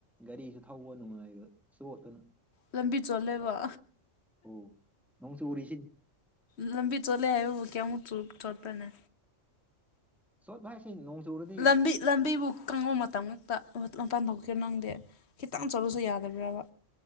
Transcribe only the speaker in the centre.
ꯒꯥꯔꯤꯖꯨ ꯊꯧꯕ ꯅꯨꯡꯉꯥꯏꯔꯣꯢ ꯆꯣꯠꯇꯅ
ꯑꯣ ꯅꯣꯡ ꯆꯨꯔꯤꯁꯤ
ꯆꯣꯠꯄ ꯍꯥꯏꯁꯦ ꯅꯣꯡ ꯆꯨꯨꯔꯗꯤ